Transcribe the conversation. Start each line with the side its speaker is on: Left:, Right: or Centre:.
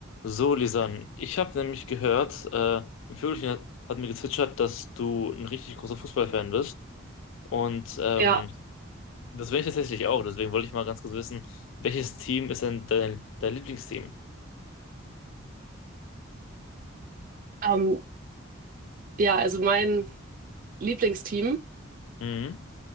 Left: So, Lisan, ich habe nämlich gehört, äh, ein Vögelchen hat, hat mir gezwitschert, dass du ein richtig großer Fußballfan bist. Und ähm,
Right: Ja,
Left: das bin ich tatsächlich auch. Deswegen wollte ich mal ganz kurz wissen, welches Team ist denn dein, dein Lieblingsteam?
Right: ähm, ja, also mein Lieblingsteam,
Left: Mhm.